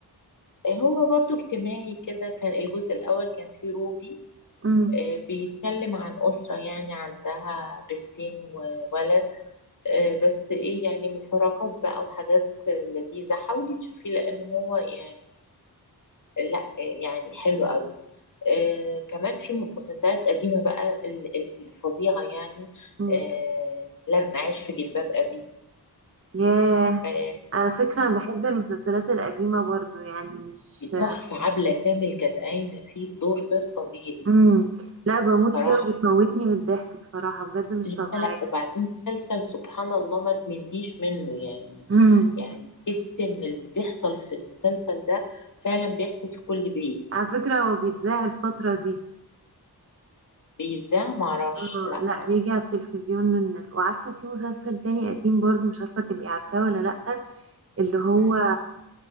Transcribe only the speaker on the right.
امم
امم
ياه
على فكرة انا بحب المسلسلات القديمة برضو يعني مش
امم لا بموت
فيها وبتموتني من الضحك بصراحة بجد مش
طبيعية
امم
على فكرة هو بيتذاع الفترة دي
اه
لا
بيجي على التلفزيون وعارفة في مسلسل تاني قديم برضو مش عارفة تبقي عارفاه ولا لأ اللي هو